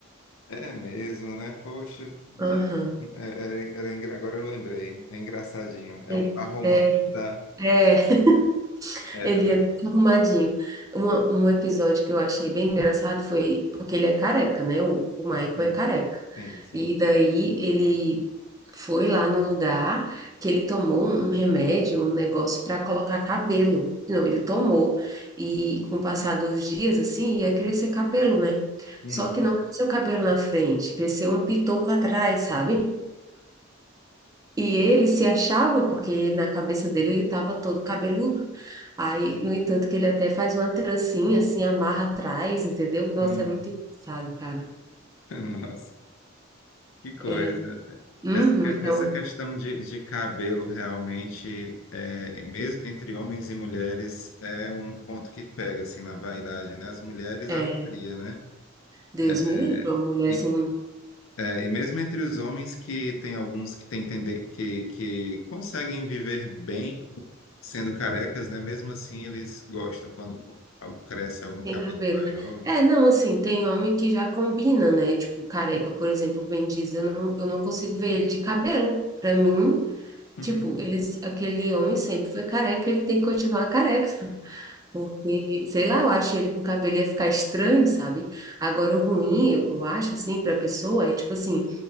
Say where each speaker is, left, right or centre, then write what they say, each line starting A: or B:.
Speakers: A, on the left; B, on the right.
A: É mesmo, né? Poxa, de-
B: Aham.
A: é, é, era engra- agora eu lembrei. É engraçadinho. É
B: Ele,
A: o par romântico
B: é,
A: da.
B: é, <laughs>
A: é,
B: ele é todo arrumadinho. Uma- um episódio que eu achei bem engraçado foi porque ele é careca, né? O, o Michael
A: sim,
B: é careca.
A: sim, sim.
B: E daí ele foi lá no lugar que ele tomou um remédio, um negócio para colocar cabelo. Não, ele tomou e com o passar dos dias, assim, ia crescer cabelo, né?
A: Hum,
B: Só que não cresceu cabelo na frente, cresceu um pitoco atrás, sabe? E ele se achava, porque na cabeça dele ele estava todo cabeludo. Aí, no entanto, que ele até faz uma trancinha, assim, amarra atrás, entendeu? Nossa,
A: hum.
B: é muito engraçado, cara.
A: <laughs> Nossa. Que coisa.
B: É, uhum,
A: Essa essa
B: é, uma-
A: questão de, de cabelo realmente, é, mesmo entre homens e mulheres, é um ponto que pega assim na vaidade, né? As mulheres,
B: é,
A: a varia, né?
B: Deus me
A: É,
B: livre, uma mulher
A: E,
B: assim,
A: é, e mesmo entre os homens que tem alguns que têm tenden que, que conseguem viver bem sendo carecas, né? Mesmo assim, eles gostam quando algo- cresce algum cabelo
B: sem cabelo,
A: maior.
B: né?
A: enfim.
B: É, não, assim, tem homem que já combina, né? Tipo, careca, por exemplo, o Vin Diesel, eu não, eu não consigo ver ele de cabelo. Pra mim,
A: <laughs>
B: tipo, eles, aquele homem sempre foi careca, ele tem que continuar careca. Porque, sei lá, eu acho ele com o cabelo ia ficar estranho, sabe? Agora, o ruim, eu, eu acho, assim, para a pessoa é tipo assim: